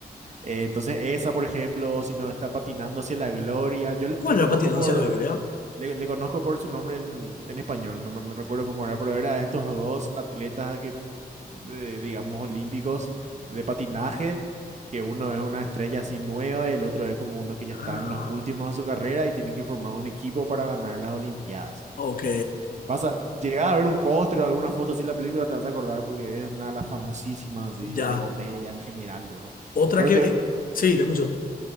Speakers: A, on the right; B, on the left.
A: Eh, entonces esa, por ejemplo, si no está patinando hacia la gloria, yo le,
B: ¿Cuál
A: le
B: era
A: conozco
B: Patinándose
A: por,
B: a la Gloria?
A: le, le conozco por su nombre en, en español, no, me- no recuerdo cómo era, pero era estos dos atletas que, eh, digamos, olímpicos de patinaje, que uno es una estrella así nueva y el otro es como uno que ya está
B: Ah,
A: en los últimos de su carrera y tienen que formar un equipo para ganar las Olimpiadas.
B: ok,
A: Vas a, llegas a ver un póster o alguna foto así de la película, te vas a acordar porque es una de las famosísimas así,
B: ya.
A: de comedia en general luego.
B: Otra
A: Pero
B: que...
A: te,
B: eh, sí, te escucho.